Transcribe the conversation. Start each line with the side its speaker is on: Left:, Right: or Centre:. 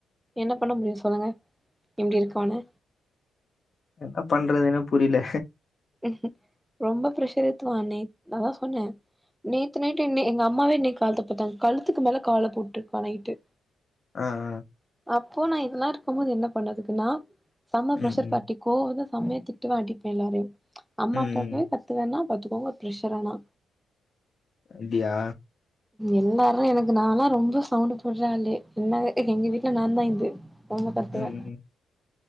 Centre: என்ன பண்ண முடியு சொல்லுங்க இப்புடி இருக்கனு
Left: என்ன பண்றதுன்னு புரியல
Centre: ம் ம் ரொம்ப ப்ரஷர் எத்துவா அண்ணே அத சொன்னே நேத்து நைட்டு என் னை எங்க அம்மாவே இன்னைக்கு கழுத்த பாத்தாங்க கழுத்துக்கு மேல கால்லா போட்டு இருக்கா நைட்டு
Left: ஆ ஆ
Centre: அப்போ நா இத எல்லா இருக்கு போது என்ன பண்ணதுக்கு நா செம பிரஷர்
Left: ம் ம்
Centre: பர்ட்டி கோவே வந்த செமைய திட்டுவே அடிப்பே எல்லாரையு அம்மா
Left: ம் ம்
Centre: அப்பா போய் பத்து வேணா பெத்துக்கோங்க பேச வேணா
Left: அப்டியா
Centre: எல்லாரு எனக்கு நா எல்லா ரொம்ப சவுண்ட் போடுறா ஆளு என்ன எங்க வீட்டுல நா தா இது ரொம்ப கத்துவே
Left: ம் ம்